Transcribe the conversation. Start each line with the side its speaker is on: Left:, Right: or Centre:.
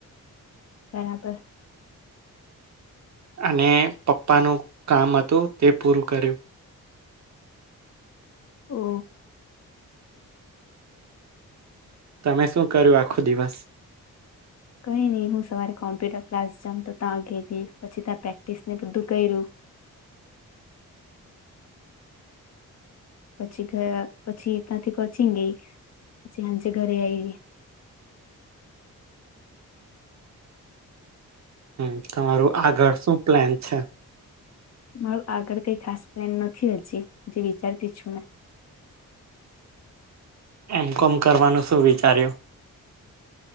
Left: બરાબર
Right: અને પપ્પાનું કામ હતું તે પૂરું કર્યું
Left: ઓ
Right: તમે શું કર્યું આખો દિવસ
Left: કઈ નહી હું સવારે કોમ્પ્યુટર ક્લાસ જવિ તો ત્યાં ગેલી પછી ત્યાં પ્રેક્ટિસ ને બધું કર્યું <inaudible> પછી ઘ પછી ત્યાંથી કોચિંગ ગઈ જે આંજે ઘરે આવી <inaudible>
Right: હમ તમારું આગળ શું પ્લાન છે
Left: મારું આગળ કઈ ખાસ પ્લેન નથી હજી હજ વિચારતી છું મે <inaudible>
Right: એમ કોમ કરવાનું શું વિચાર્યું